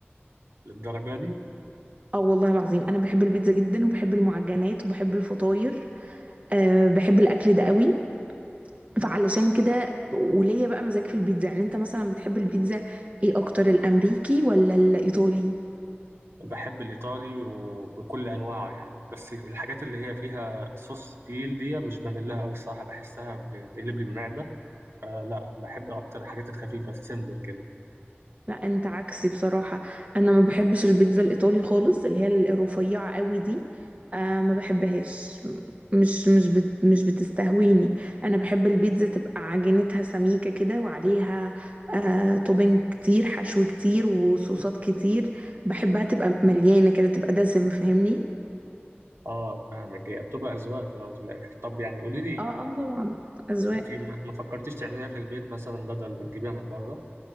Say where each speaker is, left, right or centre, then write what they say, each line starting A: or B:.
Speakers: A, on the right; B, on the right.
A: للدرجه دي
B: اه والله العظيم انا بحب البيتزا جدا وبحب المعجنات وبحب الفطاير أه بحب الاكل ده قوي فعلشان كده وليا بقى مزاج في البيتزا يعني انت مثلا بتحب البيتزا ايه اكتر الامريكي ولا الايطالي
A: بحب الإيطالي وبكل أنواعه يعني بس الحاجات اللي هي فيها صوص تقيل دي مش بميل لها أوي الصراحة بحسها بتقلب لي المعدة فلا بحب أكتر الحاجات الخفيفة السيمبل كده
B: لا انت عكسي بصراحة انا ما بحبش البيتزا الايطالي خالص اللي هي الرفيعة قوي دي آه ما بحبهاش مش مش بت مش بتستهويني انا بحب البيتزا تبقى عجينتها سميكة كده وعليها آه توبينج كتير حشو كتير وصوصات كتير بحبها تبقى مليانة كده تبقى دسمة فاهمني
A: اه فاهمك هي بتبقى أذواق في في الآخر طب يعني قولي لي
B: اه اه طبعا اذواق
A: أنت ما ما فكرتيش تعمليها في البيت مثلا بدل ما تجيبيها من بره